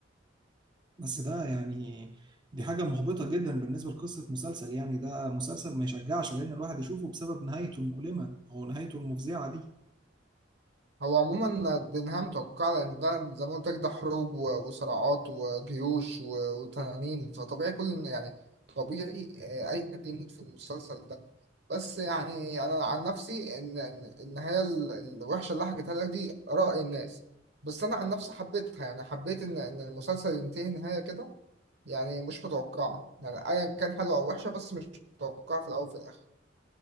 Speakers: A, on the right (about 25°); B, on the right (about 60°).
A: بس ده يعني دي حاجة محبطة جدا بالنسبة لقصة مسلسل يعني ده مسلسل ما يشجعش لأن الواحد يشوفه بسبب نهايته المؤلمة أو نهايته المفزعة دي
B: هو عموما دينها متوقع لأن ده زي ما قلت لك ده حروب و- وصراعات وجيوش و- وتنانين فطبيعي كل يعني طبيعي آه، أي حد يموت في المسلسل ده بس يعني أنا عن نفسي إن إن- النهاية ال- الوحشة اللي حكيتها لك دي رأي الناس بس أنا عن نفسي حبيتها يعني حبيت إن إن المسلسل ينتهي نهاية كده يعني مش متوقعة يعني أيا كان حلوة أو وحشة بس مش متوقعة في الأول وفي الآخر